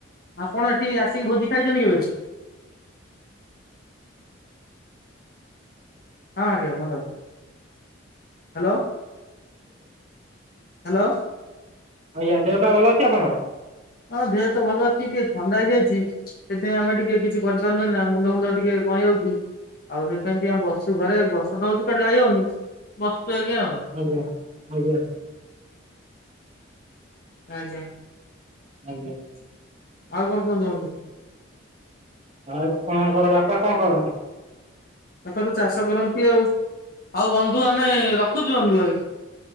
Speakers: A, on the left; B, on the right.
A: ଆପଣ ଏଠି ଆସିକି ଭୋଜି ଖାଇଛନ୍ତି କେବେ? ହଁ ଆଜ୍ଞା ଭଲ ଅଛି ହ୍ୟାଲୋ ହ୍ୟାଲୋ
B: ହ୍ୟାଲୋ ଦେହ ପା ଭଲ ଅଛି ଆପଣଙ୍କର?
A: ହଁ ଦେହ ତ ଭଲ ଅଛି ଟିକେ ଥଣ୍ଡା ହେଇଯାଇଛି ସେଥିପାଇଁ ଆମେ ଟିକେ କିଛି କରିପାରୁନୁ ନା ମୁଣ୍ଡ ମୁଣ୍ଡ ଟିକେ <unintelligible> ସେଥିପାଇଁ ଟିକେ ବସିଛୁ ଘରେ ବର୍ଷା ତ ହେଉଛି କୁଆଡେ ଯାଇ ହଉନି ବସଛୁ ଆଜ୍ଞା ଆଉ
B: ଆଜ୍ଞା ଆଜ୍ଞା
A: ଆଜ୍ଞା।
B: ଆଜ୍ଞ।
A: ଆଉ କଣ କୁହନ୍ତୁ ବନ୍ଧୁ?
B: ଆଉ ଆପଣଙ୍କର ବାପା କଣ କରନ୍ତି?
A: ବାପା ତ ଚାଷ କରନ୍ତି ଆଉ ଆଉ ବନ୍ଧୁ ଆମେ ରଖୁଛୁ ବନ୍ଧୁ?